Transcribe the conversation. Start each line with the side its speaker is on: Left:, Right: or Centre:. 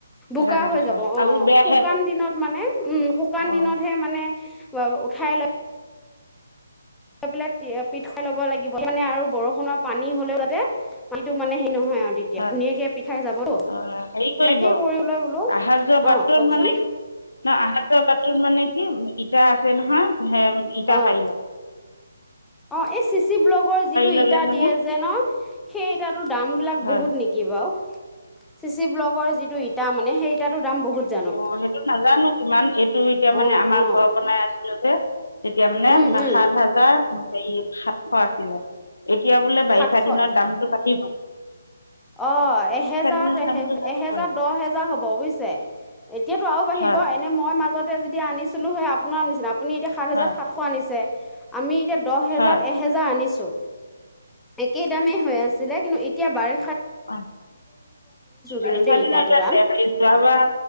Centre: বোকা
Left: জেগাডোখৰ
Centre: হৈ যাব। অ',
Left: আৰু
Centre: অ'
Left: বেয়াহে
Centre: শুকান
Left: হৈ
Centre: দিনত মানে, উ'ম, শুকান
Left: যাব
Centre: দিনতহে
Left: অ
Centre: মানে উ খাই ল <unintelligible> লৈ পেলাই পিঠ খাই ল'ব লাগিব মানে আৰু বৰষুণৰ পানী হ'লেও যাতে পানীটো মানে হেই নহয় আৰু তেতিয়া
Left: হয়
Centre: ধুনীয়াকে পিঠাই যাবতো
Left: অ
Centre: সেইনোকেই
Left: হেৰি কৰিব
Centre: কৰি লৈ বোলো
Left: অহা যোৱা বাটটোত
Centre: অ কওকচোন
Left: মানে ন আহাৰ যোৱা বাতত মানে কি ইটা আছে নহয় ইটা
Centre: অঁ
Left: পাৰিল
Centre: অ এই চিচি ব্লকৰ যিটো
Left: ল'লে
Centre: ইটা
Left: মানে
Centre: দিয়ে যে ন সেই ইটাটোৰ দাম বিলাক
Left: হয়
Centre: বহুত নেকি বাৰু, চিচি ব্লকৰ যিটো ই মানে সেই দাম বহুত জানো
Left: অ সেইটো নাজানো কিমান এইটো এতিয়া মানে
Centre: অ
Left: আমাৰ
Centre: অ
Left: ঘৰ বনাই আছিলো যে তেতিয়া মানে
Centre: উম উম
Left: সাত হাজাৰ এই সাতশ আছিলে এতিয়া বোলে বাৰিষা
Centre: সাতশত
Left: দিনত দামতটো কাটিব
Centre: অ এহেজাৰত
Left: দিনত
Centre: এহ
Left: দামটো বাঢ়িব
Centre: এহেজাৰ দহ হেজাৰ হ'ব বুজিছে। এতিয়াতো আৰু বাঢ়িব
Left: হয়
Centre: এনে মই মাজতে যদি আনিছিলো সেই আপোনাৰ নিচিনা আপুনি এতিয়া সাত হেজাৰ
Left: হয়
Centre: সাতশ আনিছে। আমি এতিয়া দহ হেজাৰ
Left: হয়
Centre: এহেজাৰ আনিছো একেই দামেই হৈ আছিলে কিন্তু এতিয়া বাৰে
Left: অ বাৰিষা
Centre: কিন্তু দেই
Left: দিন
Centre: ইটাটোৰ
Left: <unintelligible> হেৰি
Centre: দাম
Left: যোৱাবাৰ